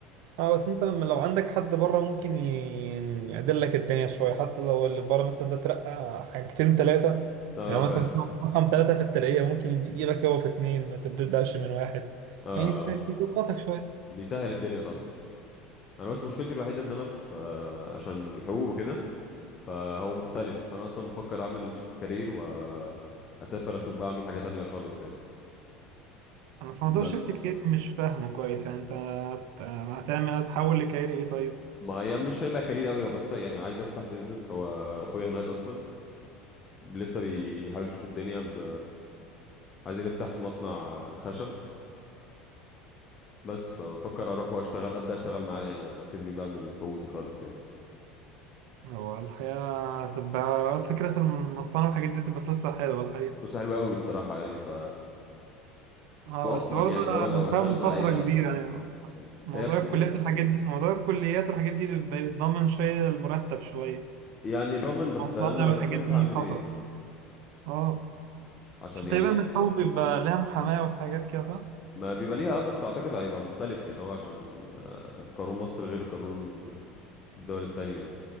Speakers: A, on the right; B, on the left.
A: اه بس انت لما لو عندك حد بره ممكن ي- يعدل لك الدنيا شويه حتى لو اللي بره مثلا ده ترقى حاجتين ثلاثه
B: اه
A: يعني مثلا
B: فاهم
A: في رقم ثلاثه في الترقيه ممكن يديلك هو في اثنين ما تبداش من واحد
B: اه
A: يعني يس-
B: اه
A: يضغطك شويه
B: بيسهل الدنيا طبعا انا بس مشكلتي الوحيده ان انا في آه عشان الحقوق وكده فهو مختلف فانا اصلا مفكر اعمل شيفت كارير واسافر اشوف بقى اعمل حاجه تانية خالص يعني
A: انا في
B: لا
A: موضوع شيفت كتير مش فاهمه كويس يعني انت هت- هتعمل هتحول لكاري ايه طيب
B: ما هي مش هيبقى كارير قوي هو بس يعني عايز افتح بيزنس هو اخويا هناك اصلا لسه بيحاول يشوف الدنيا ب... عايزين نفتح مصنع خشب بس ففكر اروح واشتغل ابدا اشتغل معاه يعني اسيبني بقى من حقوقي خالص يعني
A: هو الحقيقة هتبقى فكرة المصانع والحاجات دي تبقى فلوسها حلوة الحقيقة
B: فلوسه حلوه قوي الصراحه يعني ف
A: اه
B: واضمن
A: بس برضه
B: يعني لو
A: أنا
B: لو اشتغل
A: فاهمه
B: مع
A: فترة
B: العيله
A: كبيرة
B: ولا كده
A: يعني موضوع
B: هي ب...
A: الكليات والحاجات دي موضوع الكليات والحاجات دي بيبقى بيتضمن شوية المرتب شوية
B: يعني ضامن بس
A: المصانع
B: انا لو
A: والحاجات
B: سافرت
A: دي
B: هعمل
A: خطر
B: ايه
A: اه
B: عشان
A: عشان
B: يعني
A: تقريبا الحقوق بيبقى لها محاماة والحاجات كده صح؟
B: ما بيبقى ليها اه بس اعتقد هيبقى مختلف يعني هو عشان آه، قانون مصر غير قانون الدول التانية